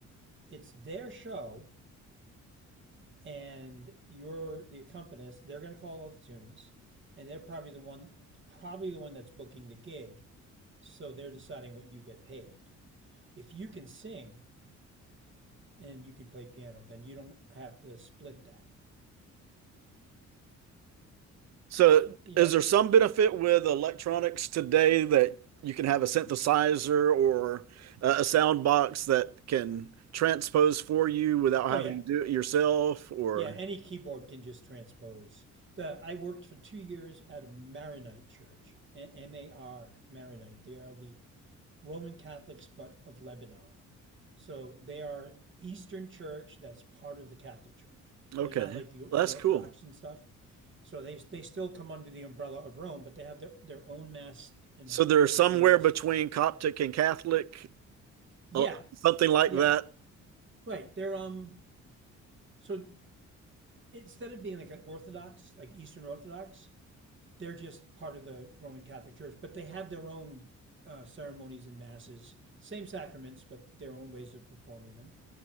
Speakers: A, on the right; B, on the right.
A: it's their show, and you're the accompanist. They're gonna call all the tunes, and they're probably the one, probably the one that's booking the gig. So they're deciding what you get paid. If you can sing and you can play piano, then you don't have to split that.
B: So,
A: You
B: is
A: know,
B: there some benefit with electronics today that you can have a synthesizer or uh, a sound box that can transpose for you without
A: oh
B: having
A: yeah.
B: to do it yourself? Or,
A: Yeah, any keyboard can just transpose. The I worked for 2 years at a Maronite church, M A R, Maronite. They are the Roman Catholics but of Lebanon. So they are an Eastern church that's part of the Catholic Church.
B: okay,
A: They're not like the
B: Well,
A: the
B: that's
A: Orthodox
B: cool.
A: and stuff. So they they still come under the umbrella of Rome, but they have their, their own mess and
B: So,
A: their
B: they're
A: own
B: somewhere
A: things.
B: between Coptic and Catholic,
A: Yeah,
B: uh, something like
A: yeah,
B: that.
A: right. They're um. So instead of being like an Orthodox, like Eastern Orthodox, they're just part of the Roman Catholic Church, but they have their own uh, ceremonies and masses, same sacraments, but their own ways of performing them.